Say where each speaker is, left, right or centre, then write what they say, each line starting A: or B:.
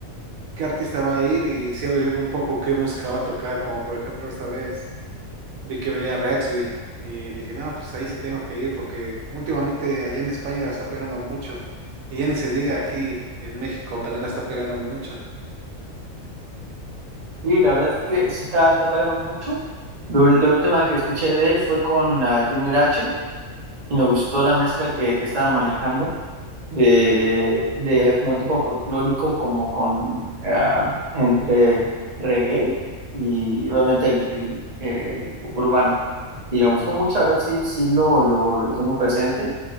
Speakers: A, on the right; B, on the right.
A: qué artista va a ir y sí averiguo un poco qué música va a tocar, como por ejemplo esta vez. Vi que venía Redsby y dije, no, pues ahí sí tengo que ir porque últimamente allá en España la está pegando mucho. Y ya ni se diga aquí en México también la está pegando mucho.
B: Y la verdad es que sí está, está pegando mucho. Lo, la última que escuché de él fue con ah, Junior H y me gustó la mezcla que, que estaban manejando de, de como tipo folclórico, como con ah, entre reggae y obviamente el, el- el urbano. Y me gustó mucho, la verdad sí, sí lo, lo, lo tengo presente.